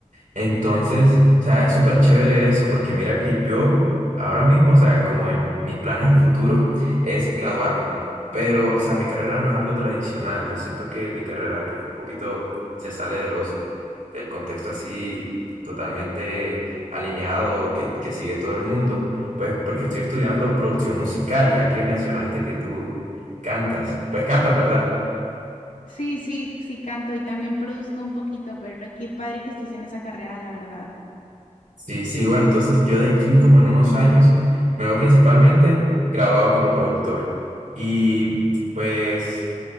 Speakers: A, on the right (about 75°); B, on the left (about 80°).
A: Entonces, o sea, es súper chévere eso, porque mira que yo ahora mismo, o sea, como en mis planes en futuro es graduarme, pero, o sea, mi carrera no es algo tradicional, yo siento que mi carrera pues un poquito se sale de los, del contexto así totalmente alineado que, que sigue todo el mundo, pues porque estoy estudiando producción musical, ya que mencionaste que tú cantas, pues canta, ¿verdad?
B: Sí, sí, sí canto y también produzco un poquito, pero qué padre que estés en esa carrera, la verdad.
A: Sí, sí, bueno, entonces yo de aquí como en unos años me veo principalmente graduado como productor. Y pues...